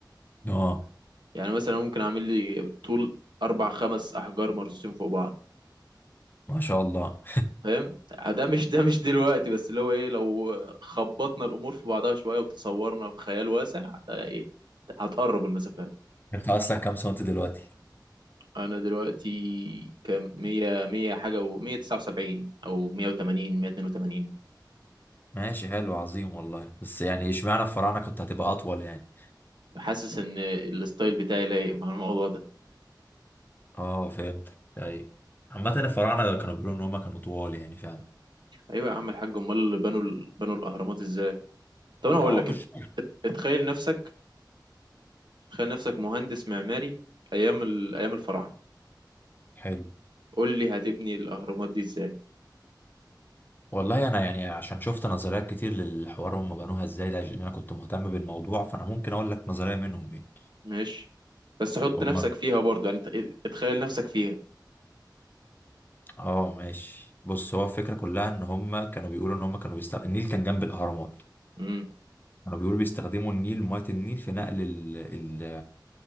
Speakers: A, on the left; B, on the right.
A: اه
B: يعني مثلا ممكن اعمل لي طول اربع خمس احجار مرصوصين فوق بعض
A: ما شاء الله
B: فاهم ده مش ده مش دلوقتي بس اللي هو ايه لو خبطنا الامور في بعضها شويه وتصورنا بخيال واسع ده ايه هتقرب المسافات
A: <laughs> انت اصلا كام سنت دلوقتي
B: انا دلوقتي كام 100 100 حاجه و 179 او 180 182
A: ماشي حلو عظيم والله بس يعني اشمعنى الفراعنة كنت هتبقى اطول يعني
B: حاسس ان الستايل بتاعي لايق مع الموضوع ده
A: اه فهمت ايوه عامة الفراعنة كانوا بيقولوا ان هم كانوا طوال يعني فعلا
B: ايوه يا عم الحاج امال اللي بنوا ال- بنوا الاهرامات ازاي طب انا
A: لا
B: هقول
A: هو
B: لك
A: مش
B: اتخيل نفسك تخيل نفسك مهندس معماري ايام ال... ايام الفراعنه
A: حلو
B: قول لي هتبني الاهرامات دي ازاي
A: والله انا يعني عشان شفت نظريات كتير للحوار هم بنوها ازاي لاجل إن انا كنت مهتم بالموضوع فانا ممكن اقول لك نظرية منهم ايه
B: ماشي بس حط
A: هم
B: نفسك فيها برضه يعني ت- اتخيل نفسك فيها
A: اه ماشي بص هو الفكره كلها ان هم كانوا بيقولوا ان هم كانوا بيستخدموا النيل كان جنب الاهرامات
B: امم
A: كانوا بيقولوا بيستخدموا النيل ميه النيل في نقل ال... ال...